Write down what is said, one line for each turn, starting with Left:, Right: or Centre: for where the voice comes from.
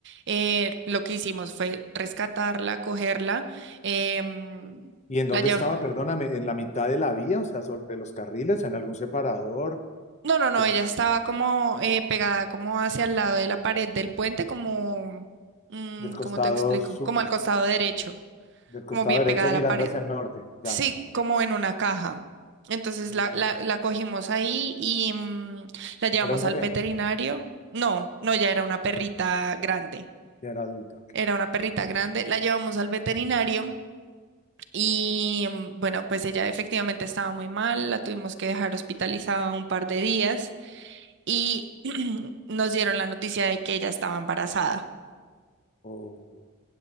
Right: Eh, lo que hicimos fue rescatarla, cogerla, eh, mm,
Left: ¿Y en
Right: la
Left: dónde
Right: llev-
Left: estaba? Perdóname, en la mitad de la vía, o sea, sobre los carriles, en algún separador,
Right: No, no, no,
Left: como
Right: ella estaba como eh, pegada como hacia el lado de la pared del puente, como, mm,
Left: del costado
Right: ¿cómo te explico?
Left: sur,
Right: Como al costado derecho,
Left: del costado
Right: como bien
Left: derecho,
Right: pegada
Left: mirando
Right: a la pared.
Left: hacia el norte, ya.
Right: Sí, como en una caja. Entonces
Left: Oh,
Right: la, la, la cogimos ahí y mm, la llevamos
Left: era un
Right: al
Left: bebé,
Right: veterinario. No, no, ya era una perrita grande.
Left: ya era adulta, ok.
Right: Era una perrita grande. La llevamos al veterinario y mm, bueno, pues ella efectivamente estaba muy mal. La tuvimos que dejar hospitalizada un par de días y <clears throat> nos dieron la noticia de que ella estaba embarazada.
Left: Oh,